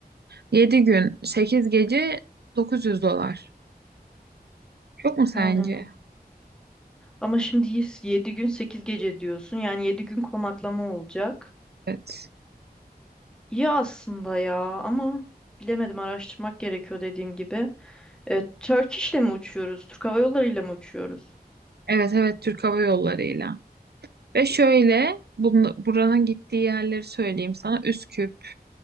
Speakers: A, on the right; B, in the centre.
A: 7 gün 8 gece 900 dolar. Çok mu sence?
B: He. Ama şimdi 7 gün 8 gece diyorsun. Yani 7 gün konaklama olacak.
A: Evet.
B: İyi aslında ya ama bilemedim araştırmak gerekiyor dediğim gibi. E, Turkish'le mi uçuyoruz? Türk Hava Yolları ile mi uçuyoruz?
A: Evet evet Türk Hava Yolları'yla. Ve şöyle bun- buranın gittiği yerleri söyleyeyim sana. Üsküp,